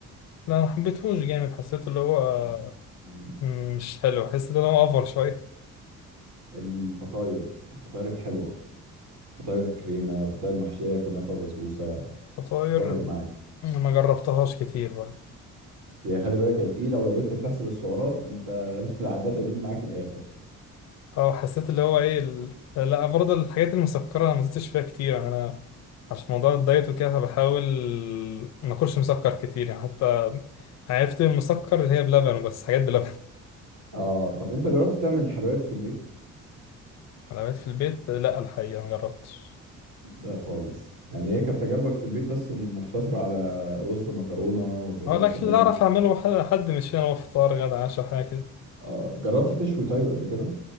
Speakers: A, on the left; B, on the right.
A: لا ما حبيتهوش جامد حسيته اللي هو
B: آه. مم.
A: مم، مش حلو حسيت ان هو اوفر شويه
B: الفطاير الفطاير الحلوه فطاير كريمه فطاير محشيه كنافه وبسبوسه
A: فطاير
B: اخبارها ايه معاك
A: ما جربتهاش كتير برضه
B: هي خلي بالك هي تقيله ولو انت بتحسب السعرات انت <laughs> العداد هيجيب معاك الاخر
A: اه حسيت اللي هو ايه ال... لا برضه الحاجات المسكره انا ما زدتش فيها كتير يعني انا عشان موضوع الدايت وكده فبحاول ما اكلش مسكر كتير يعني حتى عرفت المسكر اللي هي بلبن بس حاجات بلبن
B: اه طب انت جربت تعمل حلويات في البيت
A: حلويات في البيت لا الحقيقة ما جربتش
B: لا خالص يعني هي كانت تجاربك في البيت بس مقتصره على رز مكرونه مكرونه
A: هو الأكل
B: بشاميل
A: اللي أعرف أعمله ح- حد مش هنا هو فطار غدا عشاء حاجة كده
B: آه جربت تشوي طيب قبل كده